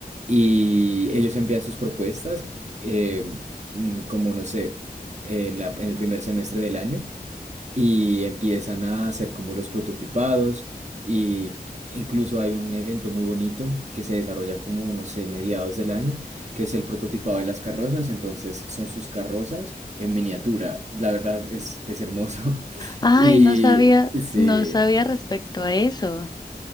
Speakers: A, on the right; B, on the left.
A: y ellos envían sus propuestas, eh, mm, como no sé, en la- en el primer semestre del año y empiezan a hacer como los prototipados y incluso hay un evento muy bonito que se desarrolla como, no sé, mediados del año, que es el prototipado de las carrozas, entonces son sus carrozas en miniatura, la verdad es, es hermoso <laughs>
B: Ay,
A: y
B: no sabía,
A: sí,
B: no sabía respecto a eso.